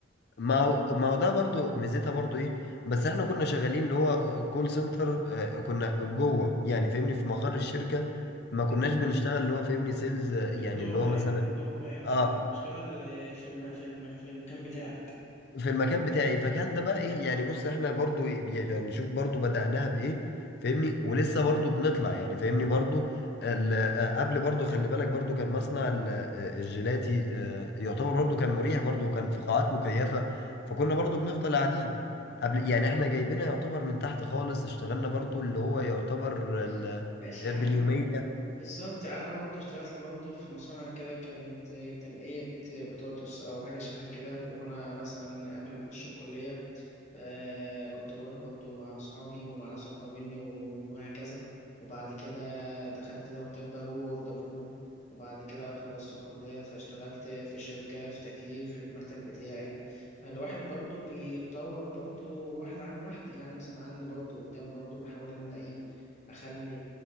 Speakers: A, on the left (about 55°); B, on the left (about 35°).
A: ما هو ما هو ده برضو ميزتها برضو ايه بس احنا كنا شغالين اللي هو كول سنتر آه، كنا جوه يعني فاهمني في مقر الشركة ما كناش
B: إن-
A: بنشتغل اللي هو فاهمني سيلز آه، يعني
B: اندور
A: اللي هو مثلا
B: ايوه اندور ايوه
A: اه
B: انت بتشتغل آه، في الم... في الم... في المكان بتاعك
A: في المكان بتاعي فكان ده بقى ايه يعني بص احنا برضو يعني شوف برضو بدأناها بإيه فاهمني ولسه برضو بنطلع يعني فاهمني برضو ال- آه، قبل برضو خلي بالك برضو كان مصنع ال- آه، الجيلاتي آه، يعتبر برضو كان مريح برضو وكان في قاعات مكيفة فكنا برضو بنفضل قاعدين قبل يعني احنا جايبينها يعتبر من تحت خالص اشتغلنا برضو اللي هو يعتبر
B: ماشي
A: ال-
B: ماشي
A: آه،
B: يا عم
A: باليومية
B: بالظبط انا برضو اشتغلت برضو في مصانع كده كانت آه، تنقية بطاطس او حاجة شبه كده وانا مثلا قبل ما اخش الكلية آه كنت بروح برضو مع أصحابي ومع ناس أكبر مني وهكذا وبعد كده دخلت زي ما قلت لك بقى جوه فودافون وبعد كده خلصت الكلية فاشتغلت في شركة في تكييف في المكتب بتاعي فالواحد برضو بيتطور برضو واحدة عن واحدة يعني مثلا عندي برضو قدام برضو بحاول إن أنا إيه أخلي